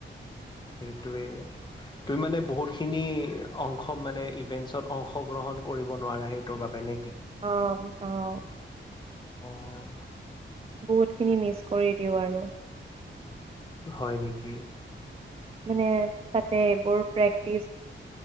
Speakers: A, on the left; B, on the right.
A: সেইটোৱে। তুমি মানে বহুতখিনি অংশ মানে ইভেন্টছত অংশগ্ৰহণ কৰিব নোৱাৰা সেইটোৰ বাবে ন
B: অ অহ।
A: উম
B: বহুতখিনি মিচ কৰি দিওঁ আৰু
A: হয় নেকি?
B: মানে তাতে এইবোৰ প্ৰেক্টিচ